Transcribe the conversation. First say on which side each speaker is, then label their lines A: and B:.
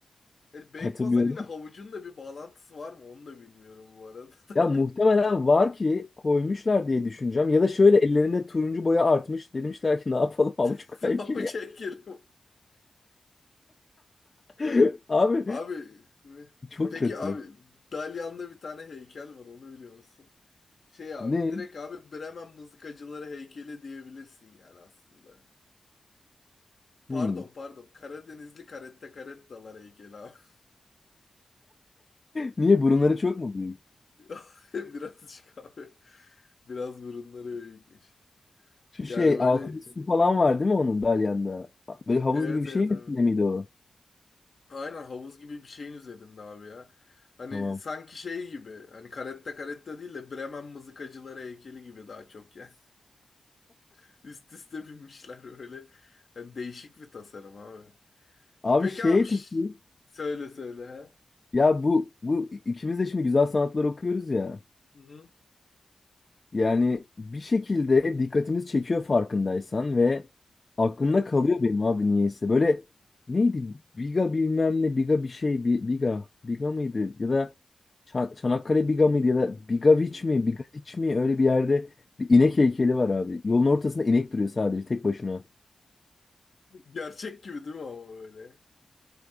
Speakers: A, on the left; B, on the left.
A: Yani Beypazarı
B: hatırlıyorum.
A: ile havucun da bir bağlantısı var mı onu da bilmiyorum bu arada. <laughs>
B: Ya muhtemelen var ki koymuşlar diye düşüneceğim.
A: Yani.
B: Ya da şöyle ellerinde turuncu boya artmış. Demişler ki ne yapalım <laughs> avuç
A: <laughs>
B: heykeli
A: Havuç
B: ya.
A: heykeli.
B: <laughs> Abi
A: Abi ne?
B: Çok
A: peki
B: kötü.
A: abi Dalyan'da bir tane heykel var onu biliyor musun? Şey abi
B: Ne?
A: direkt abi Bremen mızıkacıları heykeli diyebilirsin yani aslında. Pardon
B: Hmm.
A: pardon Karadenizli karette karettalar heykeli abi.
B: Niye burunları çok mu büyük?
A: <laughs> Birazcık abi. Biraz burunları büyükmüş.
B: Şu şey
A: Yani böyle
B: altında su falan var değil mi onun dalyanda? Böyle havuz
A: Evet
B: gibi bir şey
A: evet
B: mi
A: abi.
B: miydi o?
A: Aynen havuz gibi bir şeyin üzerinde abi ya. Hani
B: Tamam.
A: sanki şey gibi hani karette karette değil de Bremen mızıkacıları heykeli gibi daha çok yani <laughs> Üst üste binmişler böyle. Hani değişik bir tasarım abi.
B: Abi
A: Peki
B: şey
A: abi şş,
B: peki
A: söyle söyle ha.
B: ya bu bu ikimiz de şimdi güzel sanatlar okuyoruz ya.
A: Hı hı.
B: Yani bir şekilde dikkatimizi çekiyor farkındaysan ve aklımda
A: Hı hı.
B: kalıyor benim abi niyeyse. Böyle neydi? Biga bilmem ne, Biga bir şey, Bi- Biga, Biga mıydı? Ya da Çan- Çanakkale Biga mıydı? Ya da Bigaviç
A: Hı.
B: mi,
A: <laughs>
B: Bigadiç mi? Öyle bir yerde bir inek heykeli
A: Hı
B: var abi. Yolun ortasında inek duruyor sadece tek başına.
A: Gerçek gibi değil mi ama böyle?